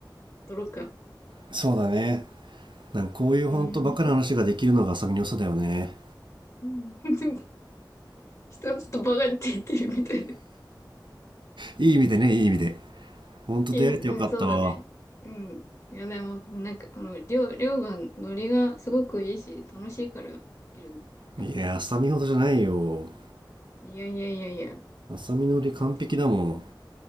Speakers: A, on the left; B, on the right.
A: 撮ろうか。
B: そうだね。なんかこういうほんとバカな話ができるのが浅見の良さだよね。
A: うーん。うん <laughs> 人はちょっとバカにって言ってるみたい
B: いい意味でね、いい意味で。ほんと出会えてよかったわ。
A: 意味、うん、そうだね。うん。いや、でも、なんか、あの、りょう、りょうが、ノリがすごくいいし、楽しいからできるんだよ。
B: いや、浅見ほどじゃないよ。
A: いやいやいやいや。
B: 浅見のり完璧だもん。
A: だって、